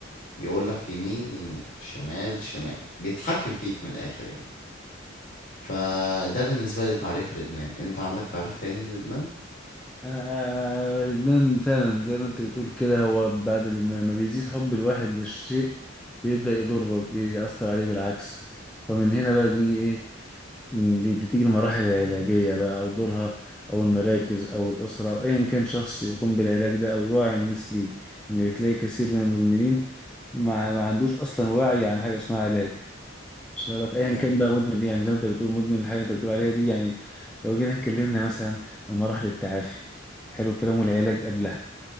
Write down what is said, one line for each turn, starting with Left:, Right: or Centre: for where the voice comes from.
Left: يقول لك يمين يمين شمال شمال بيتحكم فيك من الاخر يعني فده بالنسبه لي تعريف الادمان انت عندك تعريف تاني للادمان
Centre: انا آه، لبنان فعلا زي ما انت بتقول كده هو بعد ما ما بيزيد حب الواحد للشيء بيبدأ يضره بيأثر عليه بالعكس فمن هنا بقى بنيجي ايه بي- بتيجي المراحل العلاجية بقى أو دورها أو المراكز أو الأسرة أو أيا كان شخص يقوم بالعلاج ده أو يوعي الناس ليه إن بتلاقي كثير من المدمنين ما, ما عندوش أصلا وعي عن حاجة اسمها علاج وصل لك ايا
Left: جميل
Centre: كان بقى مدمن ايه يعني زي ما انت بتقول مدمن الحاجه انت بتقول عليها دي يعني لو جينا اتكلمنا مثلا عن مراحل التعافي حلو الكلام والعلاج قبلها